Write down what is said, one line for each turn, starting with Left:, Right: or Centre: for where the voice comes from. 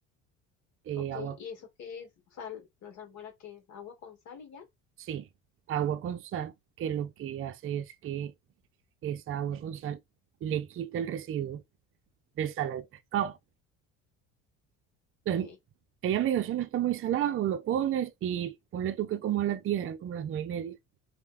Right: eh,
Left: ok.
Right: agua,
Left: ¿Y eso qué es? O sea, la salmuera qué es agua con sal y ya.
Right: sí, agua con sal, que lo que hace es que esa agua con sal le quita el residuo de sal al pescado. Entonces,
Left: Ok,
Right: ella me dijo, eso no está muy salado, lo pones y ponle tú que como a las diez eran como las 9 y media,